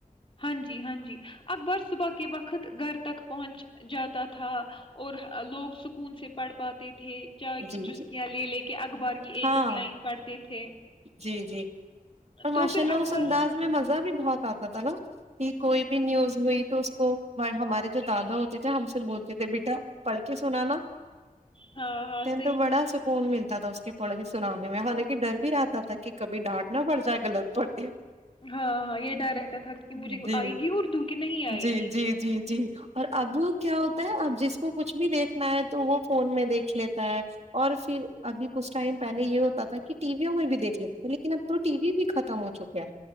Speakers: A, on the left (about 40°); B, on the right (about 45°).
A: ہاں جی ہاں جی اکبر صبح کے وقت گھر تک پہنچ جاتا تھا اور لوگ سکون سے پڑھ پاتے تھے تھے چائے
B: جی
A: کی چسکیاں
B: جی
A: لے لے کے اخبار کی ایک
B: ہاں
A: ایک لائن پڑھتے تھے
B: جی جی اور ماشاء
A: تو پھر
B: اللہ
A: اکبر
B: اس انداز میں مزہ بھی بہت نا کہ کوئی بھی نیوز ہوئی تو اس کو ہمارے جو دادا ہوتے تھے ہم سے بولتے تھے بیٹا پڑھ کے سنا نا
A: ہاں ہ
B: تو بڑا سکون ملتا تھا اس کے پڑھ سنانے میں حالانکہ ڈر بھی رہتا تھا کہ کبھی ڈانٹ نہ پڑ جائے گغط پ
A: ہاں ہاں یہ ڈر رہتا تھا کہ
B: جی
A: مجھے آئے گی اردو کی نہیں آئے
B: جی
A: گی
B: جی جی جی اور ابو کیا ہوتا ہے اب جس کو کچھ بھی دیکھنا ہے تو وہ فون میں دیکھ لیتے ہو اور پھر ابھی کچھ ٹائم پہلے یہ ہوتا تھا کہ ٹی ویوں میں بھی دیکھ لیتے تھے لیکن اب تو ٹی وی بھی ختم ہو چکے ہیں